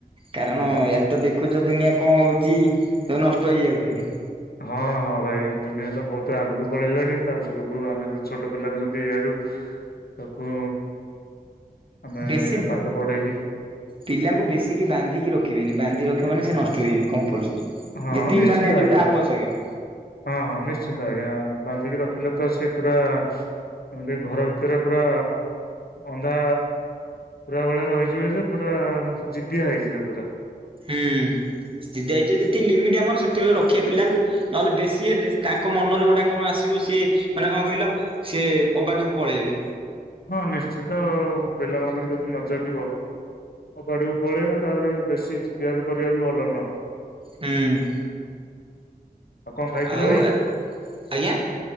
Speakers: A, on the right; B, on the left.
A: କାରଣ
B: ଆଚ୍ଛା
A: ଏ ତ ଦେଖୁଛ ଦୁନିଆ କଣ ହଉଛି ସବୁ ନଷ୍ଟ ହେଇଯାଉଛନ୍ତି।
B: ହଁ ହଁ। ଭାଇ ଦୁନିଆ ତ ବହୁତ ଆଗକୁ ପଳେଇଲାଣି ତା ପରକୁ ଆମେ ଯଦି ଛୋଟ ପିଲା ଯଦି ଏଇଆଡୁ ତାକୁ ଆମେ
A: ବେଶୀ
B: ପାଠ ପଢ଼େଇକି।
A: ପିଲାଙ୍କୁ ବେଶିକି ବାନ୍ଧିକି ରଖିବେନି ବାନ୍ଧି ରଖିବ ମାନେ ସେ
B: ହଁ
A: ନଷ୍ଟ ହେଇଯିବେ କମ୍ପଲସରୀ।
B: ହଁ
A: ଯେତିକି
B: ନିଶ୍ଚିନ୍ତ
A: ମାନେ ଯୋଉଟା
B: ଆଜ୍ଞା
A: ଆବଶ୍ୟକ।
B: ହଁ ହଁ ନିଶ୍ଚିନ୍ତ ଆଜ୍ଞା ବାନ୍ଧିକି ରଖିଲେ ତ ସେ ପୁରା ଏମିତି ଘର ଭିତରେ ପୁରା ଅନ୍ଧା ପୁରା ଭଳିଆ ରହିଯିବେ ଯେ ପୁରା ଜିଦିଆ ହେଇଯିବେ ପୁରା।
A: ହୁଁ <unintelligible> ଯେତିିକି ଲିମିଟ୍ ଆମର ସେ କେତେବେଳେ ରଖିବା ପିଲାଙ୍କୁ ନହେଲେ ବେଶୀ ହେଲେ ତାଙ୍କ ମନରେ ଗୋଟା କଣ ଆସିବ ସିଏ ମାନେ କଣ କହିଲ। ସିଏ ଅବାଟକୁ ପଳେଇବି।
B: ହଁ, ନିଶ୍ଚିନ୍ତ ପିଲାମାନଙ୍କୁ ଯଦି ନ ଜଗିବ। ଅବାଟକୁ ପଳେଇବେ, ତାପରେ ବେଶୀ ଜିଦିଆ ବି କରିବା ବି ଭଲ ନୁହଁ।
A: ହୁଁ।
B: ଆଉ କଣ ଖାଇଥିଲେ
A: ଆଉ
B: ଭାଇ,
A: ଆଜ୍ଞା